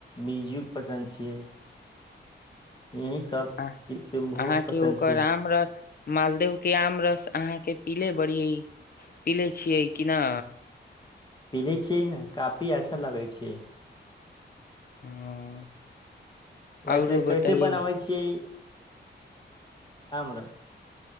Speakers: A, on the left; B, on the left.
A: बीजु पसन्द छियै यही सब
B: आ
A: किसनभोग
B: अहाँके
A: पसन्द
B: ओकर
A: छियै
B: आम रहत मालदेव के आम रस अहाँके पीले बड़ीये पीले छियै कि न
A: पीले छियै ने काफी अच्छा लगै छैियै
B: हँ
A: वैसे
B: औरो बतैयै
A: कैसे बनाबै छियै आमरस